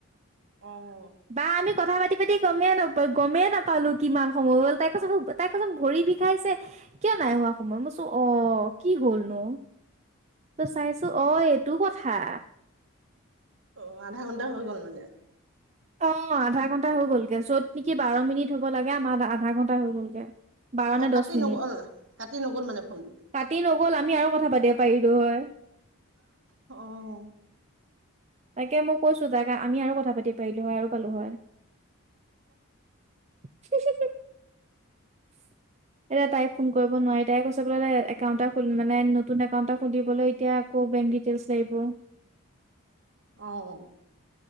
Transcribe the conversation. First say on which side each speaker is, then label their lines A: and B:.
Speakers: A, on the right (about 60°); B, on the right (about 30°).
A: আহ
B: বা আমি কথা পাতি পাতি গমে না গমে নাপালো কিমান সময় হ'ল তাইক কতো। তাই কৈছে ভৰি বিষাইছে, কিয় নাই হোৱা সময়ত মই চো অ' কি হ'ল নো। তাৰ পিছত চাইছো অ' এইটো কথা।
A: অ' আধা ঘন্টা হৈ গ'ল মানে।
B: অ' আধা ঘণ্টা হৈ গলগৈ য'ত নেকি বাৰ মিনিট হ'ব লাগে, আমাৰ আধা ঘণ্টা হৈ গলগে। বাৰ নে
A: অ কাটি
B: দহ মিনিট
A: নগ'ল কাটি নগ'ল মানে ফোনটো
B: কাটি লো। গ'ল আমি আৰু কথা পাতিব পাৰিলো হয়।
A: অ'
B: তাকে মই কৈছো, তাক আমি আৰু কথা পাতিব পাৰিলো হয় আৰু পালো হয়। <unintelligible> <inaudible> এতিয়া তাই ফোন কৰিব নোৱাৰি, তাই কৈছে বোলে একাউন্টত মানে নতুন একাউণ্টা খুলিবলৈ এতিয়া আকৌ। বেংক ডিটেইলছ লাগিব।
A: অহ'